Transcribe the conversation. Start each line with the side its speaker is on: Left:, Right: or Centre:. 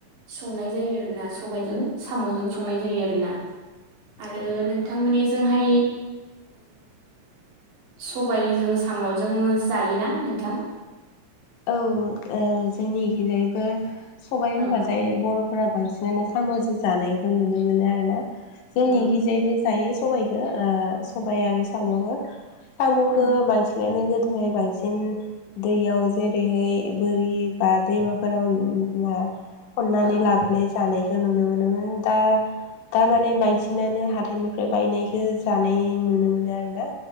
Right: संनाय जायो आरोना सबायजों सामजों संनाय जायो आरोना। आरो
Left: औ
Right: नोंथांमोननिजोंहाय सबायजों सामजों जायोना नोंथां?
Left: औ जोंनिथिंजायबो सबाय होनबाथाय
Right: औ
Left: बरफोरा बांसिन <unintelligible> साम'जों जानायखौ नुनो मोनो आरोना। जोंनिखिजायबो
Right: औ
Left: जायो सबायखौ ओ सबाय आरो साम'खो। साम'खो
Right: औ
Left: बांसिनानो गोदोहाय बांसिन दैयाव जेरैहाय बोरि बा दैमाफोराव <unintelligible> खननानै
Right: औ
Left: लाबोनाय जानाय नुनो मोनोमोन दा दा माने बांसिनानो हाथाइनिफ्राय बायनायखो जानाय नुनो मोनो आरो। ना